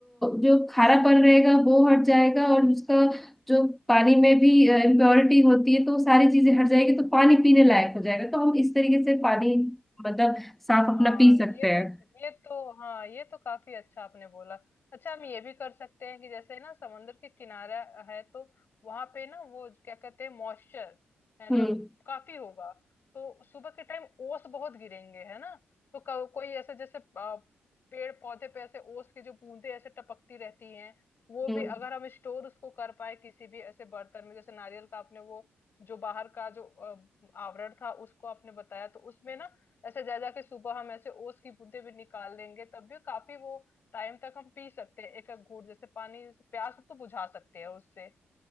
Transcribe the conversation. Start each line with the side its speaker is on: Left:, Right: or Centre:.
Centre: जो खारापन रहेगा वो हट जाएगा और उसका जो पानी में भी इम्प्योरिटी होती है तो वो सारी चीजें हट जाएगी तो पानी पीने लायक हो जाएगा तो हम इस तरीके से पानी मतलब साफ
Left: हाँ
Centre: अपना पी सकते
Left: ये
Centre: हैं
Left: तो ये तो हाँ ये तो काफी अच्छा आपने बोला अच्छा हम ये भी कर सकते हैं कि जैसे ना समुद्र के किनारा है तो वहां पे ना वो क्या कहते हैं मॉइस्चर है
Centre: हम्म
Left: ना काफी होगा तो सुबह के टाइम ओस बहुत गिरेंगे है ना तो को, कोई ऐसे जैसे अ, पेड़ पौधे पे ऐसे ओस की जो बूंदे ऐसे टपकती रहती हैं वो
Centre: हम्म
Left: भी अगर हम स्टोर उसको कर पाए किसी भी ऐसे बर्तन में जैसे नारियल का आपने वो जो बाहर का जो अ, आवरण था उसको आपने बताया तो उसमें ना ऐसे जा जाके सुबह हम ऐसे ओस की बूंदें भी निकाल लेंगे तब भी काफी वो टाइम तक हम पी सकते हैं एक एक घूंट जैसे पानी जैसे प्यास तो बुझा सकते हैं उससे